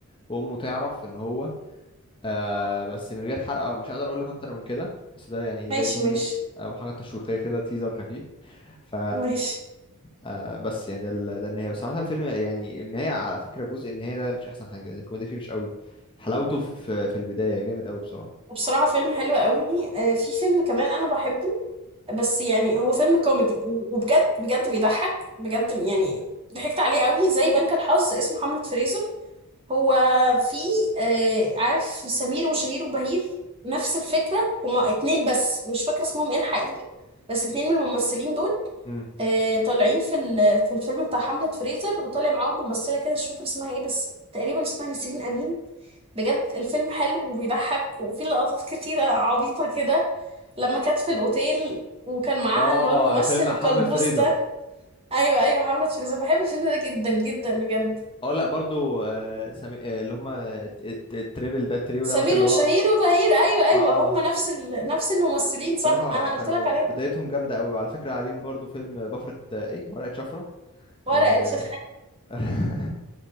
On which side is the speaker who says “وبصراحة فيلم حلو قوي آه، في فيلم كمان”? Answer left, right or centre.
Right